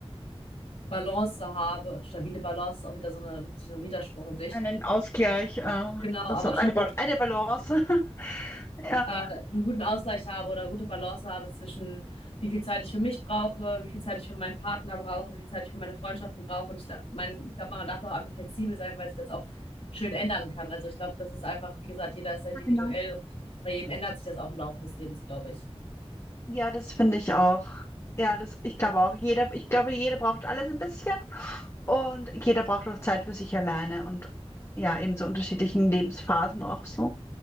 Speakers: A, on the left (about 75°); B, on the left (about 25°).
A: Balance habe. Stabile Balance ist auch wieder so, eine, so ein Widerspruch in sich.
B: einen Ausgleich, äh,
A: Genau, aber
B: also
A: schon
B: eine, Bal eine Balance. <laughs> Ja,
A: äh, einen guten Ausgleich habe oder gute Balance habe zwischen wie viel Zeit ich für mich brauche, wie viel Zeit ich für meinen Partner brauche, wie viel Zeit ich für meine Freundschaften brauche. Und ich glaube, mein, ich glaube, man darf da auch einfach flexibel sein, weil sich das auch schön ändern kann. Also ich glaube, das ist einfach, wie gesagt, jeder ist sehr individuell
B: genau.
A: und bei jedem ändert sich das auch im Laufe des Lebens, glaube ich.
B: Ja, das finde ich auch. Ja, das, ich glaube auch. Jeder, ich glaube, jeder braucht alles ein bisschen und jeder braucht auch Zeit für sich alleine und ja, eben zu unterschiedlichen Lebensphasen auch so.